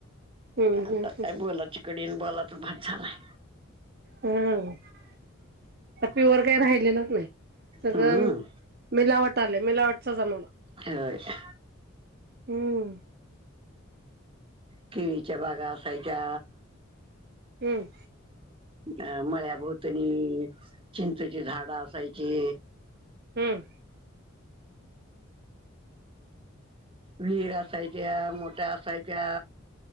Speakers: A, on the right (about 50°); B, on the right (about 25°).
A: हम्म
B: आता
A: हम्म
B: काय बोलाची कढी आणि बोलाचा भात झालाय.
A: हम् प्युअर काही राहिलेलंच नाही. सगळं
B: हम्म
A: मिलावट आले मिलावटचा जमाना.
B: हाय अशी
A: हम्म.
B: केळीच्या बागा असायच्या.
A: हम्म.
B: अ मळ्याभोवतणी चिंचची झाडं असायची.
A: हम्म.
B: विहीर असायच्या मोठ्या असायच्या.